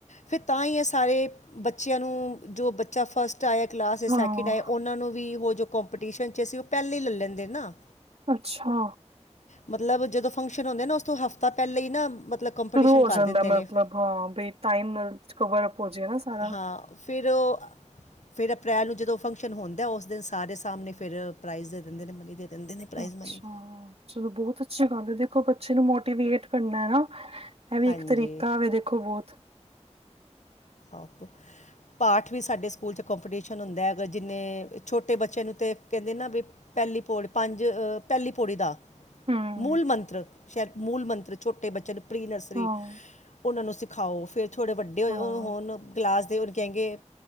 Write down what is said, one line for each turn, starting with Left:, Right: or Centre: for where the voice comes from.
Left: ਫੇਰ ਤਾਂ ਹੀ ਇਹ ਸਾਰੇ ਬੱਚਿਆਂ ਨੂੰ ਜੋ ਬੱਚਾ ਫਸਟ ਫਸਟ ਆਏ ਕਲਾਸ ਚ,
Right: ਹਾਂ,
Left: ਸੈਕਿੰਡ ਆਏ ਉਹਨਾਂ ਨੂੰ ਵੀ ਉਹ ਜੋ ਕੰਪੀਟੀਸ਼ਨ ਚ ਅਸੀਂ ਉਹ ਪਹਿਲਾਂ ਹੀ ਲੈ ਲੈਂਦੇ ਨਾ।
Right: ਅੱਛਾ।
Left: ਮਤਲਬ ਜਦੋਂ ਫੰਕਸ਼ਨ ਹੁੰਦੇ ਨਾ ਉਸ ਤੋਂ ਹਫ਼ਤਾ ਪਹਿਲੇ ਹੀ ਨਾ ਮਤਲਬ ਕੰਪੀਟੀਸ਼ਨ
Right: ਸ਼ੁਰੂ ਹੋ
Left: ਕਰ
Right: ਜਾਂਦਾ
Left: ਦਿੰਦੇ
Right: ਮਤਲਬ
Left: ਨੇ
Right: ਹਾਂ ਬਈ ਟਾਈਮ ਨਾਲ ਕਵਰ ਅਪ ਹੋ ਜਾਏ ਨਾ ਸਾਰਾ।
Left: ਹਾਂ ਫਿਰ ਓ ਫੇਰ ਅਪ੍ਰੈਲ ਨੂੰ ਜਦੋਂ ਫੰਕਸ਼ਨ ਹੁੰਦਾ ਉਸ ਦਿਨ ਸਾਰੇ ਸਾਹਮਣੇ ਫੇਰ ਪ੍ਰਾਈਜ਼ ਦੇ ਦਿੰਦੇ ਨੇ <unintelligible> ਦਿੰਦੇ ਨੇ ਪ੍ਰਾਈਜ਼
Right: ਅੱਛਾ,
Left: ਮਨੀ।
Right: ਚਲੋ ਬਹੁਤ ਅੱਛੀ ਗੱਲ ਐ, ਦੇਖੋ ਬੱਚੇ ਨੂੰ ਮੋਟੀਵੇਟ ਕਰਨਾ ਐ ਨਾ। ਇਹ ਵੀ
Left: ਹਾਂਜੀ
Right: ਇੱਕ ਤਰੀਕਾ ਵੇ ਦੇਖੋ ਬਹੁਤ।
Left: ਆਹੋ, ਪਾਠ ਵੀ ਸਾਡੇ ਸਕੂਲ ਚ ਕੰਪੀਟੀਸ਼ਨ ਹੁੰਦਾ ਐ, ਅਗਰ ਜਿੰਨੇ ਛੋਟੇ ਬੱਚਿਆਂ ਨੂੰ ਤਾਂ ਕਹਿੰਦੇ ਨਾ ਵੀ ਪਹਿਲੀ ਪੌੜੀ ਪੰਜ ਆ ਪਹਿਲੀ ਪੌੜੀ ਦਾ।
Right: ਹੂੰ,
Left: ਮੂਲ ਮੰਤਰ ਸ਼ਇਦ ਮੂਲ ਮੰਤਰ ਛੋਟੇ ਬੱਚੇ ਨੂੰ ਪ੍ਰੀ ਨਰਸਰੀ
Right: ਹਾਂ,
Left: ਉਹਨਾਂ ਨੂੰ ਸਿਖਾਓ, ਫੇਰ ਥੋੜ੍ਹੇ ਵੱਡੇ ਹੋ
Right: ਹਾਂ।
Left: ਔਰ ਹੁਣ ਕਲਾਸ ਦੇ ਉਹਨੂੰ ਕਹਿੰਗੇ